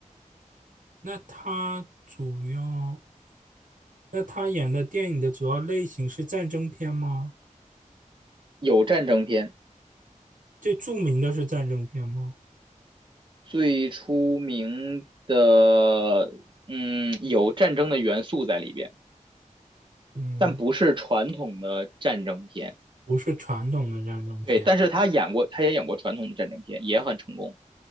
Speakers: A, on the right; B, on the right.
A: 那他主要，那他演的电影的主要类型是战争片吗？
B: 有战争片，
A: 最著名的是战争片吗？
B: 最出名的，嗯，有战争的元素在里边，
A: 嗯，
B: 但不是传统的战争片。
A: 不是传统的战争片，
B: 对，但是他演过，他也演过传统的战争片，也很成功。